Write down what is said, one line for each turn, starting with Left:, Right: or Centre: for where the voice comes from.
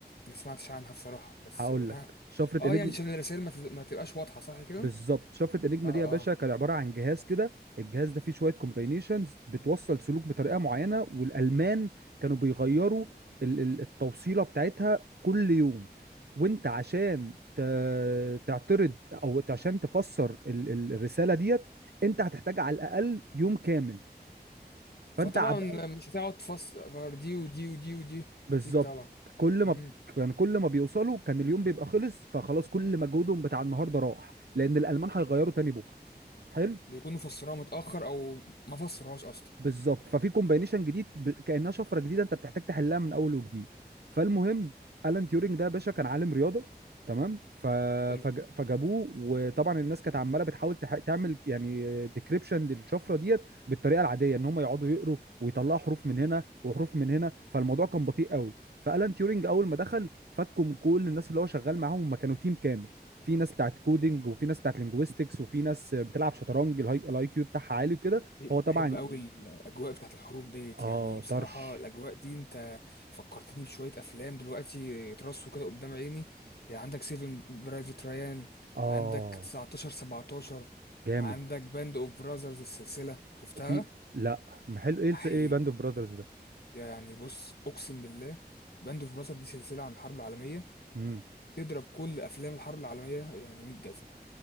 Left: ما سمعتش عنها بصراحة بس
Right: هقول
Left: ها
Right: لك شفره
Left: اه
Right: انيجما
Left: يعني عشان الرسائل ما, تز- ما تبقاش واضحة صح كده
Right: بالظبط شفرة انيجما
Left: اه
Right: دي يا باشا كان عباره عن جهاز
Left: اه
Right: كده الجهاز ده فيه شويه كومباينيشنز بتوصل سلوك بطريقه معينه والالمان كانوا بيغيروا ال- ال- التوصيله بتاعتها كل يوم وانت عشان ت- تعترض او عشان تفسر ال- ال- الرساله ديت انت هتحتاج على الاقل يوم كامل فانت
Left: فطبعا
Right: عب...
Left: مش هتقعد تفسر دي ودي ودي ودي
Right: بالظبط
Left: اكيد طبعا
Right: كل ما
Left: امم
Right: ب- كان كل ما بيوصلوا كان اليوم بيبقى خلص فخلاص كل مجهودهم بتاع النهارده راح لان الالمان هيغيروا تاني بكره حلو
Left: بيكونوا فسروها متأخر او ما فسروهاش اصلا
Right: بالظبط ففي كومباينيشن جديد ب... كانها شفره جديده انت بتحتاج تحلها من اول وجديد فالمهم الان تيورينج ده يا باشا كان عالم رياضه تمام ف...
Left: حلو.
Right: فج... فجابوه وطبعا الناس كانت عماله بتحاول تح... تعمل يعني ديكريبشن للشفره ديت بالطريقه العاديه ان هم يقعدوا يقروا ويطلعوا حروف من هنا وحروف من هنا فالموضوع كان بطيء قوي فالان تيورينج اول ما دخل فكهم كل الناس اللي هو شغال معاهم هم كانوا تيم كامل في ناس بتاعت كودينج وفي ناس بتاعت لينجويستكس وفي ناس بتلعب شطرنج الهاي الآي كيو بتاعها عالي وكده
Left: انا
Right: هو طبعا
Left: بحب قوي الاجواء بتاعت الحروب ديت
Right: اه
Left: يعني بصراحه
Right: طرش
Left: الاجواء دي انت فكرتني بشويه افلام دلوقتي ترصوا كده قدام عيني يعني عندك سيفن برايفت ريان
Right: اه
Left: عندك 19 17
Right: جامد
Left: عندك باند اوف براذرز السلسله شفتها
Right: وفي لا ما حلو ايه الف
Left: احي
Right: ايه باند اوف براذرز ده
Left: يعني بص اقسم بالله باند اوف براذرز دي سلسله عن الحرب العالميه
Right: امم
Left: تضرب كل افلام الحرب العالميه يعني 100 جزمه